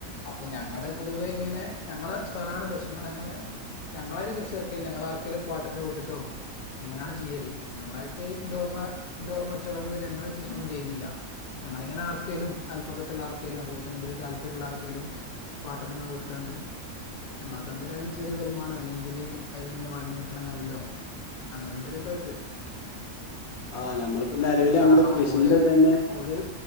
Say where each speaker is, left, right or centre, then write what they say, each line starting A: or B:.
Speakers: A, on the left; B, on the left.
A: അപ് പ്പൊ ഞങ്ങള് പൊതുവെ ങ്ങനെ ഞങ്ങളെ സ്ഥലാണ് പക്ഷെ ങ്ങളങ്ങനെ ഞങ്ങളാരും കൃഷി എർക്കേല്ല ഞങ്ങളാർക്കേലും പാട്ടത്തിന് കൊട്ത്തിട്ടോ അങ്ങനാണ് ചെയ്യല് ഞങ്ങളായിട്ട് ഇൻ്റോർമ്മ ഇൻ്റർമ്മ വെച്ച കാലം മുതല് ഞങ്ങളൊറ്റീസൊന്നും ചെയ്തില്ല. ഞങ്ങള്ങ്ങനാർക്കേലും അല്പക്കത്തുള്ള ആർക്കേലും അത്പോൽതെന്നെ ഇതില് താല്പര്യള്ളാർക്കേലും പാട്ടത്തിനാ കൊട്ത്താണ്ട് ഞങ്ങൾക്കെന്തായാലു അയ്ല് ചെറിയ വരുമാനോ അല്ലെങ്കില് അയ്ന്ന് വളഞ് കിട്ടണ നെല്ലോ അങ്ങനെന്തെലൊ ക്കായിട്ട്
B: ആ നമ്മളിപ്പോ നിലവില്
A: കാരണം
B: നമ്മള് കൃഷിന്റെ
A: ഓല്
B: തന്നെ
A: ഓല്